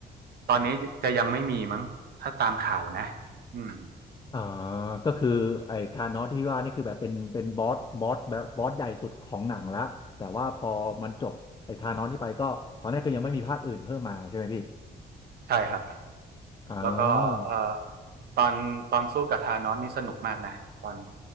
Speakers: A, on the right; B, on the left.
A: ตอนนี้จะยังไม่มีมั้งถ้าตามข่าวนะอืม
B: อ่าก็คือไอ้ธานอสที่ว่านี่คือแบบเป็นเป็นบอสบอสแบบบอสใหญ่สุดของหนังละแต่ว่าพอมันจบไอ้ธานอสที่ไปก็ตอนแรกก็ยังไม่มีภาคอื่นเพิ่มมาใช่ไหมพี่
A: ใช่ครับ
B: อ่า
A: แล้วก็เอ่อตอนตอนสู้กับธานอสนี่สนุกมากนะตอน